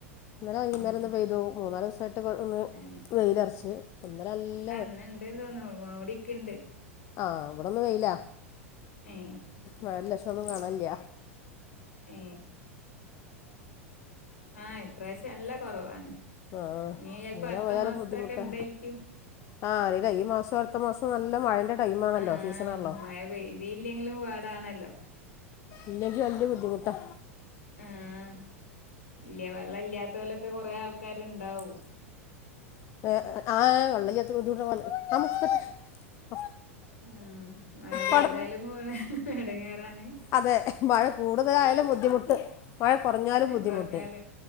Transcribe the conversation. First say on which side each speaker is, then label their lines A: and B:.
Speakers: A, on the left; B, on the left.
A: ഇന്നലെ വൈകുന്നേരം
B: ഏ
A: ഒന്ന് പെയ്തു മൂന്നാല് ദിവസമായിട്ട് ഒന്ന്
B: ഏ
A: വെയിലറച്ച് ഇന്നലല്ല
B: എന്ന ഇണ്ട്ന്ന് തോന്നു മൂരിക്ക്ണ്ട്
A: ആഹ് ഇവിടെന്ന് വെയില
B: ഏ
A: വേറെ ലഷോന്നും കാണില്ല
B: ഏ ആഹ ഇപ്രാവശ്യം നല്ല കുറവാണ്
A: ആഹ
B: ഇനി ചെലപ്പോ
A: ഇങ്ങനെ
B: അടുത്ത
A: പോയാല
B: മാസത്തൊക്കെ
A: ബുദ്ധിമുട്ടാ
B: ഇണ്ടായിക്കും
A: ആഹ് അറിയില്ല ഈ മാസം അടുത്ത മാസം നല്ല മഴേൻ്റെ ടൈമാണല്ലോ
B: ആഹ
A: സീസണാണല്ലോ
B: മഴ പെയ്തിയില്ലെങ്കിലും പാടാണല്ലോ
A: ഇല്ലെങ്കിൽ വലിയ ബുദ്ധിമുട്ടാ
B: ആഹ ഇല്ല വെള്ളം ഇല്ലാത്തോലൊക്കെ കൊറെ ആൾക്കാാര് ഇണ്ടാവും
A: <unintelligible>
B: ആ മഴ പെയ്താലും
A: പടർന്ന്
B: പോണ് എടങ്ങേറാണ്
A: അതെ മഴ കൂടുതലായാലും ബുദ്ധിമുട്ട് മഴ കുറഞ്ഞാലും ബുദ്ധിമുട്ട്
B: കുറഞ്ഞാല്